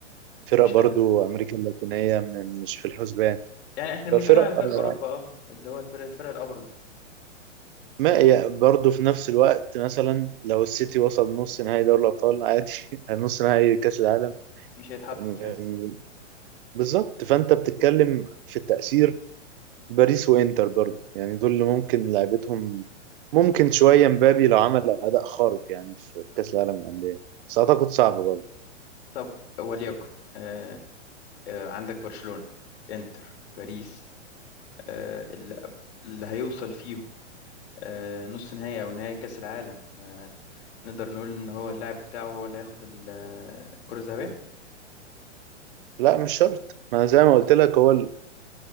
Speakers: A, on the right (about 45°); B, on the left (about 60°).
A: فرق
B: مش
A: برضو امريكا اللاتينيه م- مش في الحسبان
B: يعني احنا بنتكلم
A: ففرق
B: على فرق
A: آه،
B: اوروبا اه اللي هو الفرق الفرق الابرز
A: ما يعني برضو في نفس الوقت مثلا لو السيتي وصل نص نهائي دوري الابطال عادي <laughs> نص نهائي كاس العالم
B: مش هيتحط
A: م-
B: في الحزب
A: م- بالظبط فانت بتتكلم في التاثير باريس وانتر برضو يعني دول اللي ممكن لعبتهم ممكن شويه مبابي لو عمل اداء خارق يعني في كاس العالم للانديه بس اعتقد صعب برضو
B: طب وليكن آه آه عندك برشلونة انتر باريس آه اللي, اللي هيوصل فيهم آه نص نهائي او نهائي كاس العالم آه نقدر نقول ان هو اللاعب بتاعه هو اللي هياخد ال- آه، الكرة الذهبية
A: لا مش شرط ما انا زي ما قلت لك هو ال